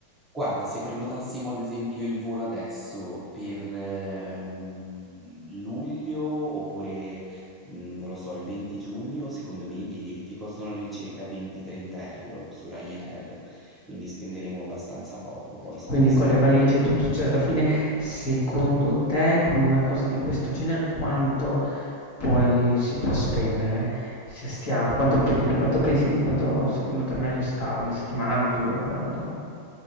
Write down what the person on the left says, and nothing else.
Quindi
con le
valigie e tutto, cioè alla fine, secondo te, con una cosa di questo genere, quanto poi si può spendere? Se stiamo, quanto, pen- quanto pensi di quanto secondo te è meglio stare? Una settimana, due, quando?